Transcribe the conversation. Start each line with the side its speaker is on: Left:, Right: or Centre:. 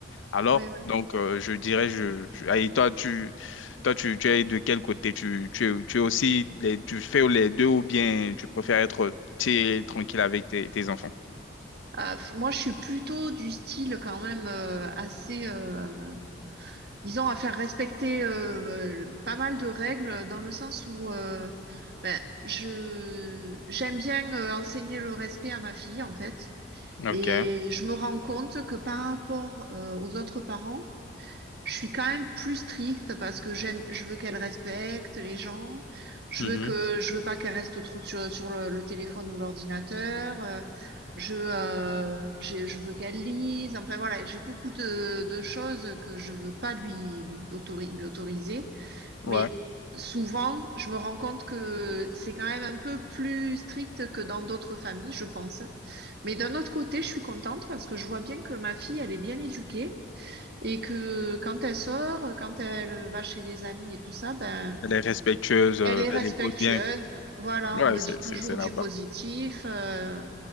Left: Alors,
Right: Oui, oui.
Left: donc, euh, je dirais, je, je- et toi, tu, toi, tu, tu es de quel côté? Tu, tu, es- tu es aussi, les- tu fais les deux ou bien tu préfères être tu es tranquille avec tes, tes enfants?
Right: Euh, f- moi, je suis plutôt du style quand même euh, assez, euh, disons, à faire respecter euh, euh, pas mal de règles dans le sens où euh, ben, je j'aime bien euh, enseigner le respect à ma fille en fait,
Left: Ok.
Right: et je me rends compte que par rapport euh, aux autres parents Je suis quand même plus stricte parce que j'aime, je veux qu'elle respecte les gens. Je
Left: Mhm.
Right: veux que, je veux pas qu'elle reste trop sur, sur le, le téléphone ou l'ordinateur. euh, je, euh, j'ai- je veux qu'elle lise. Enfin voilà, j'ai beaucoup de, de choses que je veux pas lui, autori- lui autoriser.
Left: Ouais.
Right: Mais souvent, je me rends compte que c'est quand même un peu plus strict que dans d'autres familles, je pense. Mais d'un autre côté, je suis contente parce que je vois bien que ma fille, elle est bien éduquée. Et que quand elle sort, quand elle va chez des amis et tout ça, ben,
Left: Elle est respectueuse,
Right: elle
Left: euh,
Right: est respectueuse.
Left: elle écoute bien.
Right: Voilà,
Left: Ouais,
Right: on me
Left: c'est,
Right: dit
Left: c'est,
Right: toujours
Left: c'est là-bas.
Right: du positif. euh,